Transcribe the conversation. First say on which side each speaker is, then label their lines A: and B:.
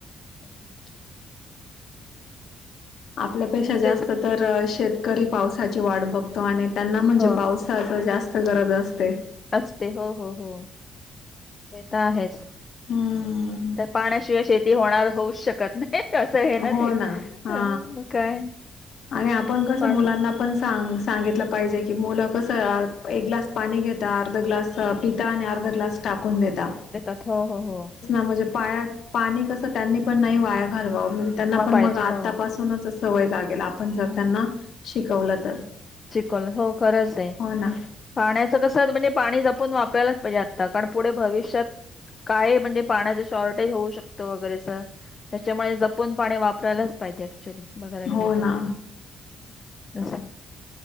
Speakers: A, on the left; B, on the left.
A: हो.
B: आपल्यापेक्षा
A: तेच
B: जास्त तर शेतकरी पावसाची वाट बघतो आणि त्यांना म्हणजे
A: हो
B: पाऊस जास्त गरज असते.
A: असते हो हो हो ते तर आहेच.
B: हम्म
A: पाण्याशिवाय शेती होणार होऊच शकत नाही असं हे ना
B: हो
A: ते
B: हा
A: मग काय?
B: आणि आपण कसं
A: पाठ
B: मुलांना पण सांग सांगितलं पाहिजे की मुलं कसं एक ग्लास पाणी घेता अर्ध ग्लास पिता आणि अर्ध ग्लास टाकून देेतता.
A: देतात हो हो हो.
B: म्हणजे पाया पाणी कस त्यांनी पण नाही वाया घरव म्हणजे त्यांना
A: वा
B: पण
A: पाहिजे
B: मग आतापासूनच
A: हो
B: सवय लागेल आपण जर
A: हम्म
B: त्यांना शिकवलं तर
A: चिकल हो खरंच आहे
B: हो ना.
A: पाण्याचं कसं म्हणजे पाणी जपून वापरायलाच पाहिजे आता कारण पुढे भविष्यात काय म्हणजे पाण्याचं शॉर्टेज होऊ शकतं वगैरेच त्याच्यामुळे जपून पाणी वापरायलाच पाहिजे ऍक्च्युअली बघायला गेलं
B: हो ना
A: तर जसं.